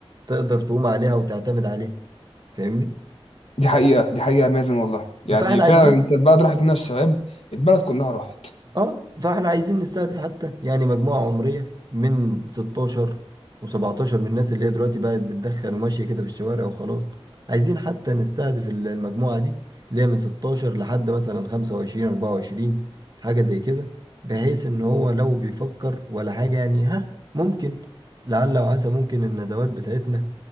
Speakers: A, on the right; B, on the left.
A: تقدر تقوم عليها وتعتمد عليها فاهمني
B: دي حقيقة دي حقيقة يا مازن والله يعني
A: فاحنا
B: فعلا
A: عايزين
B: انت البلد راحت منها الشباب البلد كلها راحت
A: اه فاحنا عايزين نستهدف حتى يعني مجموعة عمرية من 16 و17 من الناس اللي هي دلوقتي بقت بتدخن وماشية كده في الشوارع وخلاص عايزين حتى نستهدف ال- المجموعة دي اللي هي من 16 لحد مثلا 25 24 حاجة زي كده بحيث ان هو لو بيفكر ولا حاجة يعني ها ممكن لعل وعسى ممكن الندوات بتاعتنا